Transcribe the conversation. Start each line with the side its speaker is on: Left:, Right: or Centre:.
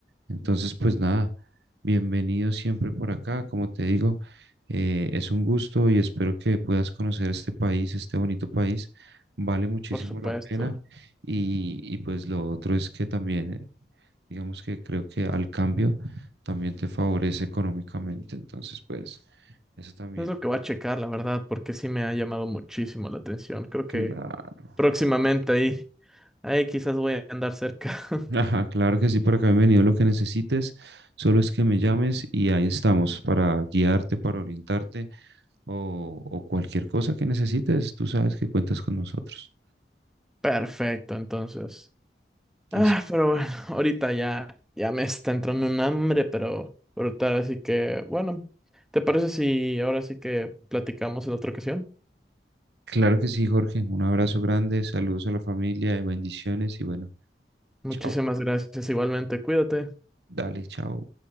Right: Entonces, pues nada, bienvenido siempre por acá, como te digo, eh, es un gusto y espero que puedas conocer este país, este bonito país, vale muchísimo
Centre: por supuesto.
Right: la pena y, y pues lo otro es que también, eh, digamos que creo que al cambio también te favorece económicamente, entonces pues eso también.
Centre: Es lo que voy a checar, la verdad, porque sí me ha llamado muchísimo la atención. Creo
Right: claro,
Centre: que Próximamente ahí. Ahí quizás voy a andar cerca. <laughs>
Right: Ajá, claro que sí, por acá bienvenido lo que necesites, solo es que me llames y ahí estamos para guiarte, para orientarte o, o cualquier cosa que necesites, tú sabes que cuentas con nosotros.
Centre: Perfecto, entonces. Ah,
Right: Así,
Centre: pero bueno, <laughs> ahorita ya, ya me está entrando un hambre, pero brutal, así que bueno, ¿te parece si ahora sí que platicamos en otra ocasión?
Right: claro que sí, Jorge, un abrazo grande, saludos a la familia y bendiciones y bueno,
Centre: Muchísimas
Right: chao,
Centre: gracias, igualmente, cuídate.
Right: dale, chao.